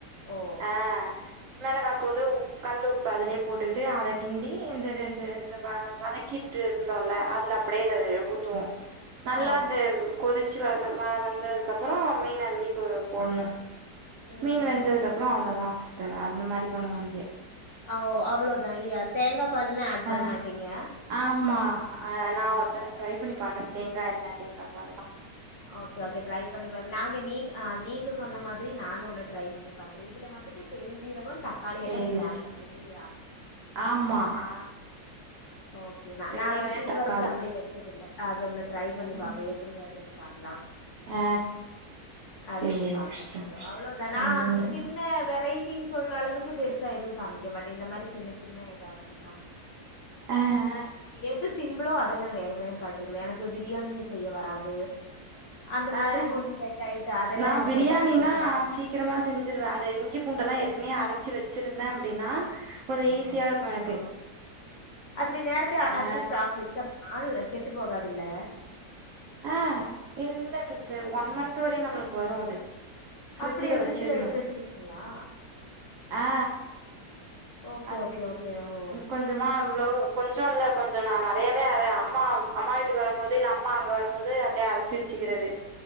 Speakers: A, on the left; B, on the right.
A: ஓ
B: ஆ மெளகா தூளு உ கல்லுப்பு அதுலே போட்டுகிட்டு அத கிண்டி இந்த ரெண்டு இது வ வதக்கிட்டு இருந்தோல்ல அதுல அப் பிடியே இத ஊத்துவோ நல்லா
A: ஓ
B: அந்த கொதி ச்சு வந்த வ வந்ததுக்கப்புறோ மீன் அள்ளி கொ போன்னு
A: ம்
B: மீன்
A: ம்
B: வெந்ததுகப்
A: ம்
B: புறோ அவ்ளதா சிஸ்டர் அந்த மாரி பண்ணுவோ இங்கே
A: அ ஓ அவ்ளோதா இல்லியா தேங்கா பால்லா ஆட் பண்ண
B: ஆ
A: மாட்டீங்க
B: ஆமா அ நா
A: ஓ
B: ஒருத் தர ட்ரை பண்ணி பாக்குறே தேங்கா எண்ண தேங்காப்பால்லா எல்லாம்
A: ஓகே ஓகே ட்ரை பண்ணி பாக்க நாங்க நீங்க ஆ நீங்க சொன்ன மாதிரி நானு ஒன்னு ட்ரை பண்ணி பாக்குறே இதுல வந்துட்டு பெருஞ்சீரகொ தக்காளி
B: சேரி
A: எல்லா நீங்க
B: சிஸ்
A: ஆட் பண்றீங்கல்லியா?
B: ஆமா ஆ
A: ஓகே நா
B: வெங்காயோ
A: நா இ இது
B: தக்காளி
A: வரைக்கு அப்பிடி வச்சதில்ல அது ஒன்னு ட்ரை பண்ணி
B: ஆ
A: பாப்போ எப் பிடி வருதுன் பாக்லா
B: ஆ
A: அது
B: சேரி
A: ஒன்னு பாக்கனு
B: சிஸ்டர்
A: அவ்ளொ அவ்ளொதானா அந்த
B: ம்
A: பின்ன வெரைட்டின் சொல்ற அளவுக்கு பெருசா எதுவு சமைக்க மாட்டே இந்த மாரி சின்ன சின்ன எதாவ்துன்னா
B: அ
A: எது சிம்பிளோ அதெல்லா வேக வேகம் பண்ணிருவே எனக்கு பிரியாணி செய்ய வராது அந்த மாதிரி
B: ஆ ஆ
A: ஒன்னு ரெண்டு ஆய்ட்டு அதெல்லா
B: நா
A: எனக்கு
B: பிரியாணினா
A: வரவே வராது
B: நா சீக்கிரமா செஞ்சிருவே அந்த இஞ்சி பூண்டல்லா ஏற்கனவே அரைச்சு வச்சிருந்த அப்டின்னா கொஞ்சோ ஈஸியா இருக்கு எனக்கு
A: ஆ அப்படி நேரத்த
B: ஆ
A: அரிச்சு ஸ்டாக் வச்சிர்லா கெட்டு போகாதுல்ல
B: ஆ இல்ல சிஸ்டர் ஒன் மந்த்து வரையு நம்பளுக்கு வரு அது ஃபிரிட்ஜ்ஜுல
A: அப்டியே ஃப்ரிட்ஜ்ல
B: வச்சிருணு
A: எடுத்து வச்சிருவீங்களா
B: ஆ
A: ஓகே
B: அச்
A: ஓகே ஓகே ஓ
B: கொஞ்சமா அவ்ளோ கொஞ்சொல்ல கொஞ்சோ நா நறையவே அர அம்மா அம்மா வீட்டுக்கு வரும்மோது இல்ல அம்மா அங்க வரும்மோது அப்டியே அரச்சி வச்சுக்கிறது